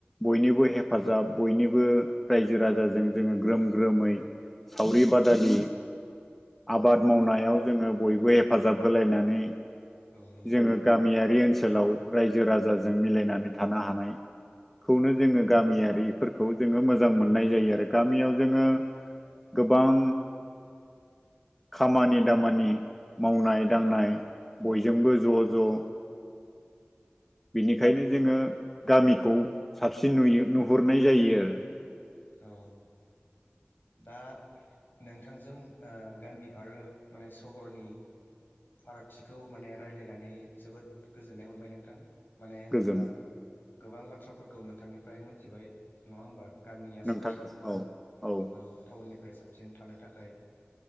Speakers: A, in the centre; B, on the left.
A: बयनिबो हेफाजाब बयनिबो रायजो राजाजों जोङो ग्रोम ग्रोमै। सावरि -बादालि आबाद मावनायाव
B: औ
A: जोङो बयबो हेफाजाब होलायनानै
B: औ नंगौ
A: जोङो। गामियारि ओनसोलाव राय्जो राजाजों मिलायनानै थानो हानाय। खौनो जोङो गामियारिफोरखौ जोङो मोजां मोननाय जायो आरो। गामियाव जोङो गोबां खामानि दामानि। मावनाय दांनाय
B: औ
A: बयजोंबो ज' ज' बेनिखायनो जोङो गामिखौ साबसिन नुयो नुहुरनाय जायो आरो।
B: औ। दा नोंथांजों ओ गामि आरो माने सहरनि फारागथिखौ माने रायलायनानै जोबोद गोजोननाय मोनबाय नोंथां। माने होनबा
A: गोजोन
B: गोबां बाथ्राफोरखौ नोंथांनिफ्राय मोनथिबाय नङा होमबा? गामिया
A: नोंथां
B: साबसिन बा
A: औ औ।
B: औ टाउननिफ्राय साबसिन थानो थाखाय।